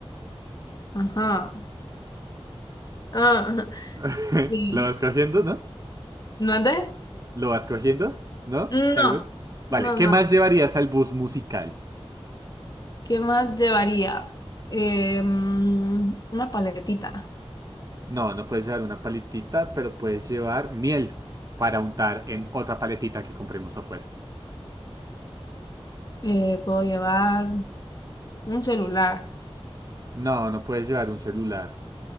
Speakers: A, on the left; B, on the right.
A: Ajá. Ah, <laughs>
B: <laughs>
A: sí.
B: ¿Lo vas cogiendo, no?
A: ¿No andé?
B: ¿Lo vas cogiendo? ¿No?
A: No,
B: Tal vez. Vale,
A: no,
B: ¿qué
A: no.
B: más llevarías al bus musical?
A: ¿Qué más llevaría? Eh, mm, una paletita.
B: No, no puedes llevar una paletita, pero puedes llevar miel para untar en otra paletita que compremos afuera.
A: Eh, puedo llevar un celular.
B: No, no puedes llevar un celular,